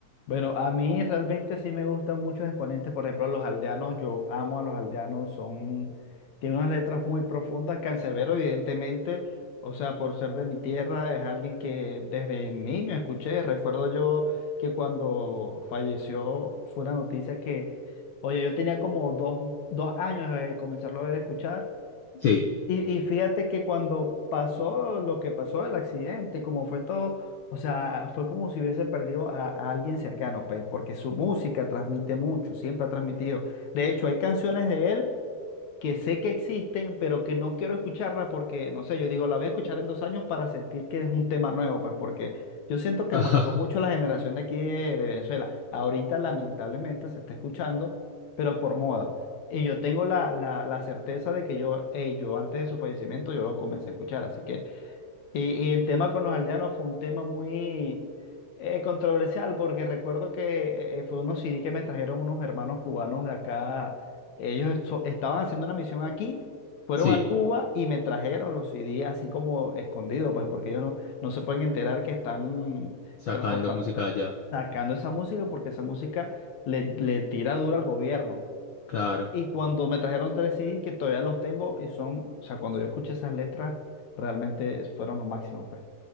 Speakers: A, on the left (about 65°); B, on the left (about 85°).
A: Bueno, a mí realmente sí me gustan muchos exponentes, por ejemplo, los aldeanos, yo amo a los aldeanos, son, tienen unas letras muy profundas, Canserbero evidentemente, o sea, por ser de mi tierra, es alguien que desde niño escuché, recuerdo yo que cuando falleció fue una noticia que, oye, yo tenía como dos, dos años de comenzarlo a ver escuchar
B: Sí.
A: y, y fíjate que cuando pasó lo que pasó, el accidente, como fue todo, o sea, fue como si hubiese perdido a, a alguien cercano, pues, porque su música transmite mucho, siempre ha transmitido. De hecho, hay canciones de él que sé que existen, pero que no quiero escucharla porque, no sé, yo digo, la voy a escuchar en dos años para sentir que es un tema nuevo, pues porque yo siento que
B: <laughs>
A: marcó mucho la generación de aquí de, de Venezuela. Ahorita lamentablemente se está escuchando, pero por moda. Y yo tengo la, la, la certeza de que yo, hey, yo antes de su fallecimiento, yo lo comencé a escuchar, así que... Y, y el tema con los aldeanos fue un tema muy eh, controversial porque recuerdo que eh, fue unos CD que me trajeron unos hermanos cubanos de acá. Ellos esto- estaban haciendo una misión aquí, fueron
B: Sí,
A: a Cuba y me trajeron los CD así como escondidos, pues porque ellos no, no se pueden enterar que están
B: sacando
A: transportando,
B: música de allá,
A: sacando esa música porque esa música le, le tira dura al gobierno.
B: claro.
A: Y cuando me trajeron tres CD que todavía los tengo y son, o sea, cuando yo escuché esas letras, realmente fueron lo máximo, pues.